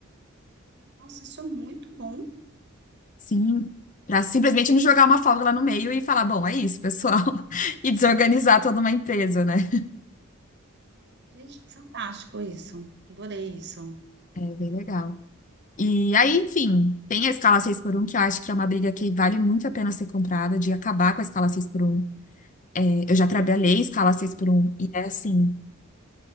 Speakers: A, on the right (about 55°); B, on the left (about 40°).
A: Nossa, isso é muito bom.
B: Sim. Para simplesmente não jogar uma folga lá no meio e falar, bom, é isso, pessoal, <laughs> e desorganizar toda uma empresa, né?
A: Gente, fantástico isso. Adorei isso.
B: É bem legal. E aí, enfim, tem a escala seis por um que eu acho que é uma briga que vale muito a pena ser comprada, de acabar com a escala seis por um É, eu já
A: Uhum.
B: trabalhei em escala seis por um e é assim,